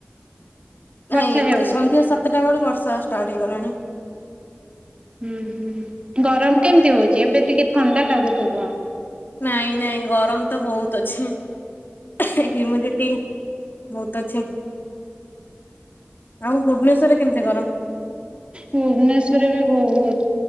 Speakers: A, on the left (about 50°); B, on the right (about 25°).
A: ନାଇଁ
B: ବର୍ଷା
A: ଏପଟେ
B: ହେଉନାହିଁ।
A: ସନ୍ଧ୍ୟା ସାତଟା ବେଳୁ ବର୍ଷା ଷ୍ଟାର୍ଟ ହେଇଗଲାଣି।
B: ହୁଁ- ହୁଁ ଗରମ କେମିତି ହଉଛି। ଏବେ ଟିକେ ଥଣ୍ଡା ଲାଗୁଥିବ।
A: ନାଇଁ -ନାଇଁ ଗରମ ତ ବହୁତ ଅଛି। ସେଇଟି ମୁଁ ଥିଭି ବହୁତ ଅଛି। ଆଉ ଭୁବେନେଶ୍ୱର କେମିତି ଗରମ।
B: ଭୁବନେଶ୍ଵରରେ ବି ବହୁତ।